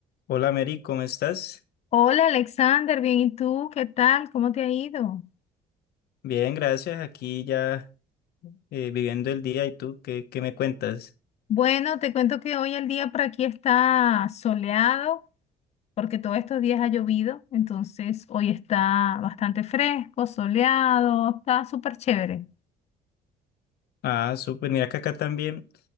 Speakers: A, on the left; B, on the left.
A: Hola Mary, ¿cómo estás?
B: Hola Alexander, bien, ¿y tú qué tal? ¿Cómo te ha ido?
A: Bien, gracias. Aquí ya eh, viviendo el día. ¿Y tú qué, qué me cuentas?
B: Bueno, te cuento que hoy el día por aquí está soleado porque todos estos días ha llovido, entonces hoy está bastante fresco, soleado, está súper chévere.
A: Ah, súper. Mira que acá también